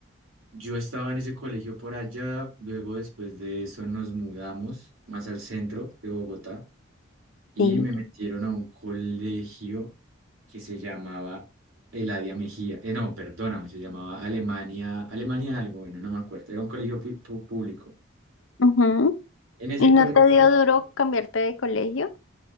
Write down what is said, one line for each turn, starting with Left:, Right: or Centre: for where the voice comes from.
Right: Yo estaba en ese colegio por allá, luego después de eso nos mudamos más al centro de Bogotá y
Left: Sí.
Right: me metieron a un colegio que se llamaba Eladia Mejía. Eh, no, perdóname, se llamaba Alemania, Alemania algo, bueno, no me acuerdo, era un colegio pu- pu- público.
Left: ujú.
Right: En ese
Left: ¿Y
Right: colegio,
Left: no te dio duro cambiarte de colegio?